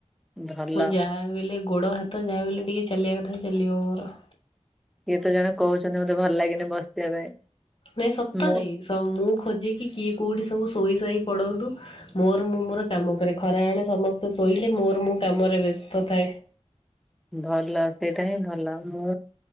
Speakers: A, in the centre; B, on the left.
A: ଭଲ
B: ମୋ ଯାହାବିହେଲେ ଗୋଡ ହାତ ଯାହାବିହେଲେ ଟିକେ ଚାଲିବା କଥା ଚାଲିବ ମୋର।
A: କିଏ ତ ଜଣେ କହୁଛନ୍ତି ମତେ ଭଲ ଲାଗେନି ବସିବା ପାଇଁ।
B: ନାଇଁ ସତରେ
A: ମୁଁ
B: ସ ମୁଁ ଖୋଜେ କି କିଏ କୋଉଠି ସବୁ ସାଇ ପଡନ୍ତୁ ମୋର ମୁଁ ମୋର କାମ କରେ ଖରାବଳେ ସମସ୍ତେ ଶୋଇଲେ ମୋର ମୁଁ କାମରେ ବ୍ୟସ୍ତ ଥାଏ।
A: ଭଲ ସେଇଟା ହିଁ ଭଲ ମୁଁ